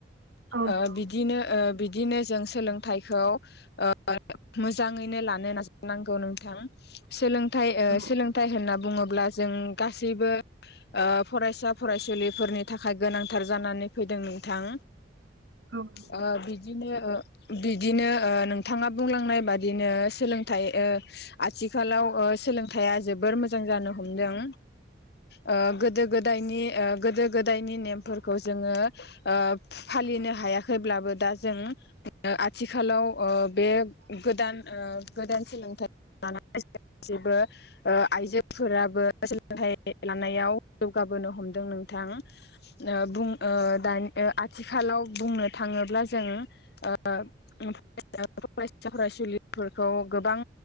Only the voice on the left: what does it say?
ओ
बिदिनो ओ बिदिनो जों सोलोंथाइखौ ओ मोजाङैनो लानो नाजानांगौ नोंथां सोलों थाइ ओ
सोलोंथाइ होनना बुङोब्ला जों गासैबो ओ फरायसा फरायसुलिफोरनि थाखाय गोनांथार जानानै फैदों नोंथां।
ओ बिदिनो ओ बिदिनो ओ नोंथाङा बुंलांनाय बादिनो सोलोंथाइ ओ आथिखालाव ओ सोलोंथाइ जोबोर मोजां जानो हमदों ओ गोदो गोदायनि ओ गोदो गोदायनि नेमफोरखौ जोङो ओ फालिनो हायाखैब्लाबो दा जों आथिखालाव ओ बे गोदान ओ गोदान सोलोंथाइ लानानै <unintelligible> गासैबो ओ आइजोफोराबो सोलोंथाइ लानायाव जौगाबोनो हमदों। नोंथां ओ बुं ओ दानि ओ आथि आथिखालाव बुंनो थाङोब्ला जों ओ <unintelligible> फरायसा फरायसुलिफोरखौ गोबां